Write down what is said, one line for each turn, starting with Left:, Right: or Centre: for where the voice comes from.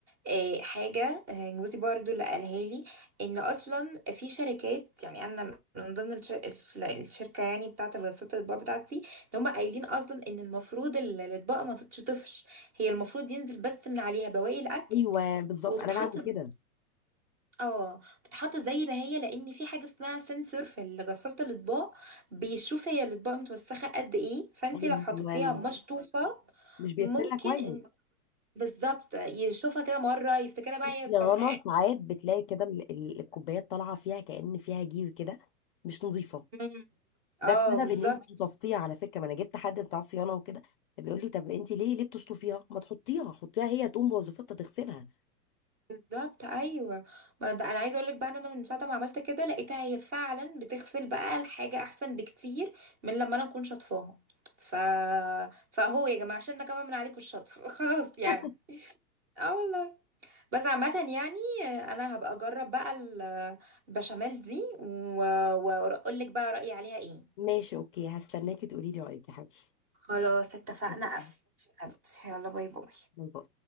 Right: آه، حاجه آه، جوزي برضو اللي قالها لي ان اصلا في شركات يعني انا من ضمن الشر- الش- الشركه يعني بتاعه الغسالات الاطباق بتاعتي ان هم قايلين اصلا ان المفروض ال- الاطباق ما تتشطفش هي المفروض ينزل بس من عليها بواقي الاكل
Left: ايوه بالظبط
Right: وتتحط
Left: انا بعمل
Right: مم. مم.
Left: كده
Right: اه تتحط زي ما هي لان في حاجه اسمها سنسور في غساله الاطباق بيشوف هي الاطباق متوسخه قد ايه فانت
Left: ايوه
Right: لو حطيتيها اه مشطوفه
Left: مش بيغسلها
Right: ممكن
Left: كويس
Right: بالظبط يشوفها كده مرة يفتكرها بقى
Left: بصي
Right: هي طب
Left: يا رنا ساعات بتلاقي كده ال- ال- الكوبايات طالعه فيها كأن فيها جير كده مش نظيفه
Right: مم. اه
Left: ده بسبب
Right: بالظبط
Left: ان انت تفطيها على فكره ما انا جبت حد بتاع صيانه وكده بيقول لي طب انت ليه ليه بتشطفيها ما تحطيها حطيها هي تقوم بوظيفتها تغسلها
Right: بالظبط ايوه ما ده انا عايزه اقول لك بقى ان انا من ساعه ما عملت كده لقيتها هي فعلا بتغسل بقى الحاجه احسن بكتير من لما انا اكون شاطفاها ف فهو يا جماعه عشان كمان من عليكم الشطف <laughs> خلاص يعني
Left: <laughs>
Right: اه والله بس عامة يعني انا هبقى اجرب بقى ال- البشاميل دي و... واقول لك بقى رأيي عليها ايه
Left: ماشي اوكي هستناكي تقولي لي رايك يا حبيبتي
Right: خلاص اتفقنا
Left: أوكي.
Right: قفل يلا باي باي
Left: باي باي